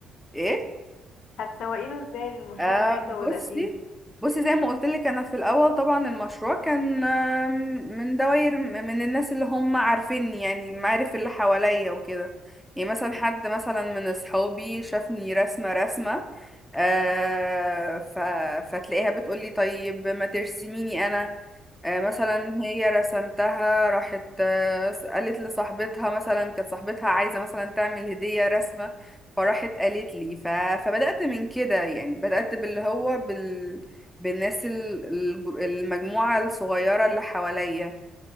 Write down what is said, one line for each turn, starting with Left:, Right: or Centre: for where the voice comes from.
Centre: ايه
Left: هتسوقي له ازاي للمشروع
Centre: آه
Left: بتاعك لو
Centre: بصي
Left: بدأتيه
Centre: بصي زي ما قلت لك انا في الاول طبعا المشروع كان آم، من دوائر من الناس اللي هم عارفيني يعني المعارف اللي حواليا وكده يعني مثلا حد مثلا من اصحابي شافني رسمه رسمه آه ف... فتلاقيها بتقولي طيب ما ترسميني انا آه، مثلا هي رسمتها راحت آه، قالت لصاحبتها مثلا كانت صاحبتها عايزة مثلا تعمل هدية رسمة فراحت قالت لي ف... فبدأت من كده يعني بدأت باللي هو بال... بالناس ال- الج- المجموعة الصغيرة اللي حواليا